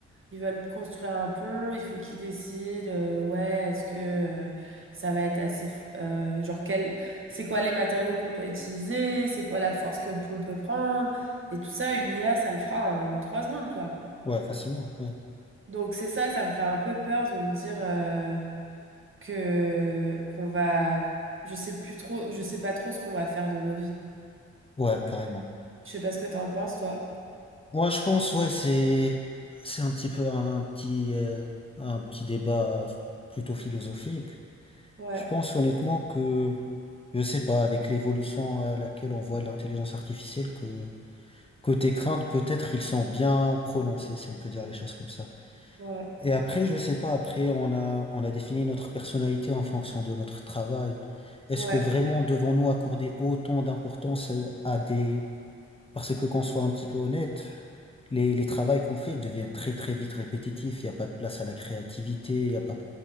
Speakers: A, on the right; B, on the left.
A: ils veulent construire un pont, il faut qu'ils décident, euh, ouais, est-ce que euh, ça va être assez, f- euh, genre quel, c'est quoi les matériaux qu'on doit utiliser, c'est quoi la force que le pont peut prendre, et tout ça, une IA, ça le fera en trois secondes, quoi.
B: ouais, facilement, ouais,
A: Donc c'est ça, ça me fait un peu peur de me dire euh, que qu'on va, je sais plus trop, je sais pas trop ce qu'on va faire de nos vies.
B: ouais, carrément.
A: Je sais pas ce que t'en penses, toi.
B: Moi, je pense, ouais, c'est c'est un petit peu un, un petit euh, un petit débat plutôt philosophique.
A: Ouais,
B: Je pense honnêtement que je sais pas avec l'évolution à laquelle on voit l'intelligence artificielle que côté crainte peut-être ils sont bien prononcés si on peut dire les choses comme ça.
A: ouais,
B: Et après, je sais pas, après on a on a défini notre personnalité en fonction de notre travail. Est-ce
A: ouais,
B: que vraiment devons-nous accorder autant d'importance à à des parce que qu'on soit un petit peu honnête, les, les travails qu'on fait deviennent très très vite répétitifs, il n'y a pas de place à la créativité, il y a pas...